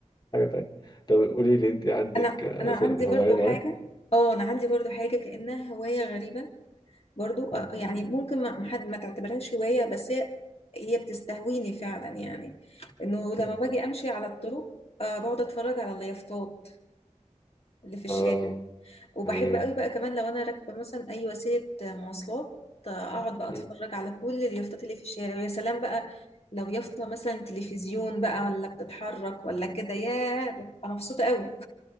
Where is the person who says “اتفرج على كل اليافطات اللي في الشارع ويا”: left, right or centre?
Left